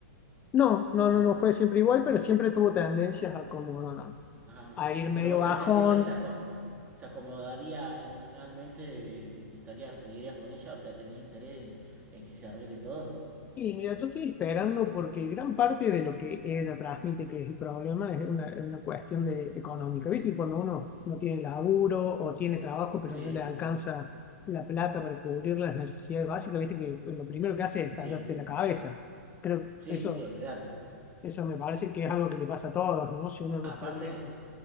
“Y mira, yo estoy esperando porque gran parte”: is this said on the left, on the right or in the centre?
Left